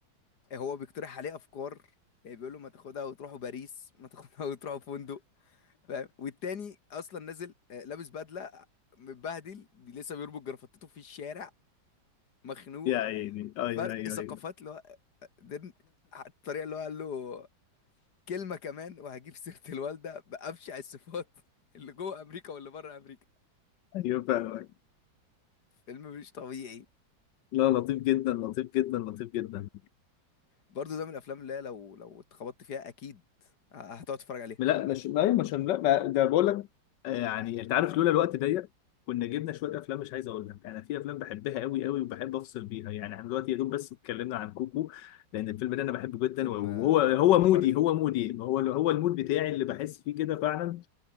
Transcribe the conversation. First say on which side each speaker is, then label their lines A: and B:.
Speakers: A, on the left (about 55°); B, on the left (about 70°).
A: هو بيقترح عليه افكار يعني بيقول له ما تاخدها وتروحوا باريس ما تاخدها وتروحوا فندق فاهم والتاني اصلا نازل آه، لابس بدله متبهدل بي- لسه بيربط جرافطته في الشارع مخنوق
B: يا عيني ايوه
A: فرق
B: ايوه
A: ثقافات
B: ايوه
A: اللي هو ده الطريقه اللي هو قال له كلمه كمان وهجيب سيره الوالده بابشع الصفات <laughs> اللي جوه امريكا واللي بره امريكا
B: ايوه فاهمك
A: فيلم مش طبيعي
B: لا لطيف جدا لطيف جدا لطيف جدا
A: برضه ده من الافلام اللي هي لو لو اتخبطت فيها اكيد آه، هتقعد تتفرج عليها
B: لا مش ما مش لا ما ده بقول لك آه، يعني انت عارف لولا الوقت ضيق كنا جبنا شويه افلام مش عايز اقول لك انا في افلام بحبها قوي قوي وبحب افصل بيها يعني احنا دلوقتي يا دوب بس اتكلمنا عن كوكو لان الفيلم ده انا بحبه جدا
A: فيلم
B: وهو
A: آه،
B: هو
A: عبقري
B: مودي هو مودي هو هو المود بتاعي اللي بحس فيه كده فعلا